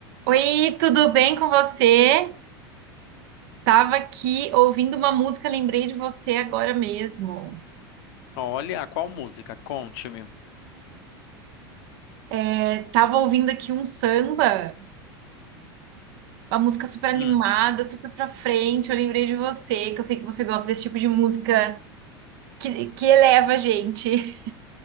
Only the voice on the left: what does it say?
Olha, qual música? Conte-me.
Hum.